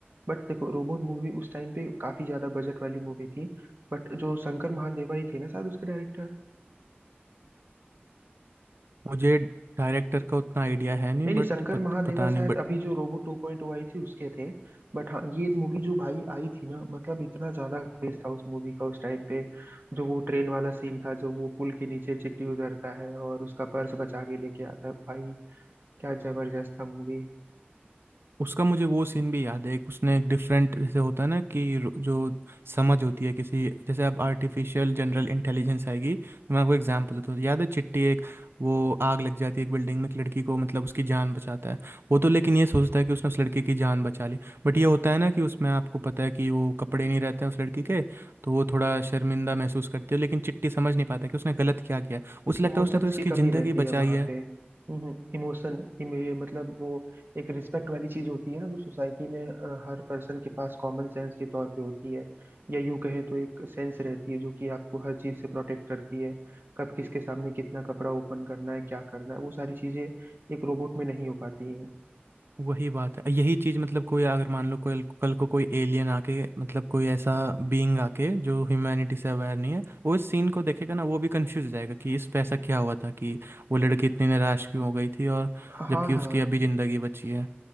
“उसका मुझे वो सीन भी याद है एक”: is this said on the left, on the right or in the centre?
Right